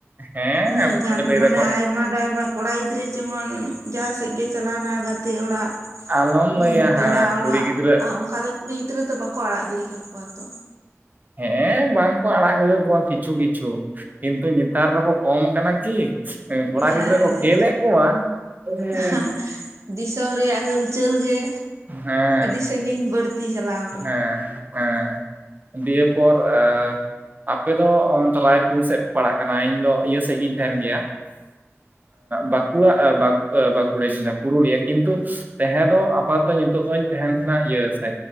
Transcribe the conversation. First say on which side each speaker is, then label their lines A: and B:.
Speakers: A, on the right (about 35°); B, on the right (about 80°).
A: ᱦᱮᱸ
B: ᱩᱱᱟᱹᱜ
A: ᱛᱟᱯᱚᱨᱮ
B: ᱜᱟᱱ
A: ᱞᱟᱹᱭ
B: ᱢᱟᱱᱮ
A: ᱫᱟᱠᱚ
B: ᱟᱭᱢᱟ ᱰᱟᱭᱢᱟ ᱠᱚᱲᱟ ᱜᱤᱫᱽᱨᱟᱹ ᱡᱮᱢᱚᱱ ᱡᱟᱦᱟᱸ ᱥᱮᱫ ᱜᱮ ᱪᱟᱞᱟᱣᱱᱟ ᱜᱟᱛᱮ ᱚᱲᱟᱜ
A: ᱟᱞᱚᱢ
B: ᱦᱩᱸ
A: ᱞᱟᱹᱭᱟ
B: ᱯᱮᱲᱟ
A: ᱦᱟᱸ
B: ᱚᱲᱟᱜ
A: ᱠᱩᱲᱤ ᱜᱤᱫᱽᱨᱟᱹ
B: ᱟᱨ ᱚᱱᱠᱟ ᱫᱚ ᱠᱩᱲᱤ ᱜᱤᱫᱽᱨᱟᱹ ᱫᱚ ᱵᱟᱠᱚ ᱟᱲᱟᱜ ᱜᱤᱰᱤ ᱠᱟᱠᱚᱣᱟ ᱛᱚ
A: ᱦᱮᱸ ᱵᱟᱝᱠᱚ ᱟᱲᱟᱜ <inaudible> ᱠᱚᱣᱟ ᱠᱤᱪᱷᱩ ᱠᱤᱪᱷᱩ ᱠᱤᱱᱛᱩ ᱱᱮᱛᱟᱨ ᱫᱚᱠᱚ ᱠᱚᱢ ᱠᱟᱱᱟ ᱠᱤ ᱠᱚᱲᱟ
B: ᱦᱮᱸ
A: ᱜᱤᱫᱽᱨᱟᱹ ᱠᱚ ᱯᱷᱮᱞ ᱮᱫ ᱠᱚᱣᱟ ᱦᱮᱸ
B: <unintelligible> ᱫᱤᱥᱚᱢ ᱨᱮᱭᱟᱜ ᱦᱩᱞᱪᱟᱹᱞ ᱜᱮ
A: ᱦᱮᱸ
B: ᱥᱟᱸᱜᱤᱧ ᱵᱟᱹᱲᱛᱤ ᱪᱟᱞᱟᱜᱼᱟ
A: ᱦᱮᱸ ᱦᱮᱸ ᱫᱤᱭᱮ ᱯᱚᱨ ᱟᱻ ᱟᱯᱮ ᱫᱚ ᱚᱱᱛᱮ ᱨᱟᱭᱯᱩᱨ ᱥᱮᱫ ᱯᱮ ᱯᱟᱲᱟᱜ ᱠᱟᱱᱟ ᱤᱧ ᱫᱚ ᱤᱭᱟᱹ ᱥᱮᱫ ᱜᱤᱧ ᱛᱟᱦᱮᱱ ᱜᱮᱭᱟ ᱵᱟᱸᱠᱩᱲᱟ ᱵᱟ ᱵᱟᱸᱠᱩᱲᱟ ᱡᱤᱞᱟ ᱯᱩᱨᱩᱞᱤᱭᱟ ᱠᱤᱱᱛᱩ ᱛᱟᱦᱮᱸ ᱫᱚ ᱟᱯᱟᱛᱚ ᱱᱤᱛᱚᱜ ᱫᱚᱧ ᱛᱟᱦᱮᱱ ᱠᱟᱱᱟ ᱤᱭᱟᱹᱥᱮ